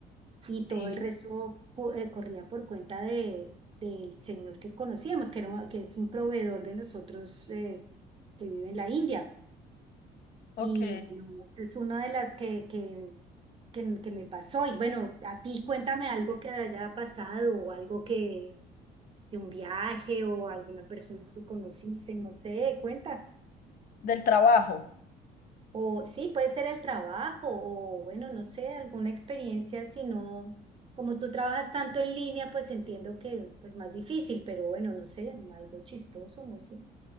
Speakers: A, on the right; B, on the left.
A: y todo
B: Sí,
A: el resto co- eh, corría por cuenta de, del señor que conocíamos, que, era, un- que es un proveedor de nosotros eh, que vive en la India.
B: ok.
A: Y bueno, esa es una de las que, que, que, que me pasó. Y bueno, a ti cuéntame algo que haya pasado o algo que de un viaje o alguna persona que conociste, no sé, cuenta.
B: Del trabajo.
A: O sí, puede ser el trabajo, o bueno, no sé, alguna experiencia, si no, como tú trabajas tanto en línea, pues entiendo que es más difícil, pero bueno, no sé, algo chistoso, no sé.